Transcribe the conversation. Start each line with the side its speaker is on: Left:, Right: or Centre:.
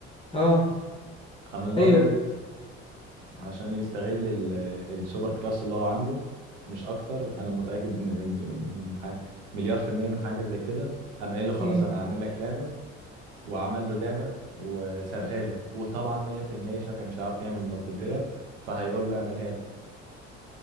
Left: اه
Right: قام الابيض
Left: ايوه
Right: عشان يستغل ال- السوبر كلاس اللي هو عامله مش اكتر انا متاكد من من ح- مليار في الميه من حاجه زي كده قام قايل له خلاص
Left: امم
Right: انا هعمل لك لعبه وعمل له لعبه وسابها له وطبعا 100% شافعي مش هيعرف يعمل مالتي بلاير فهيقول له اعملها له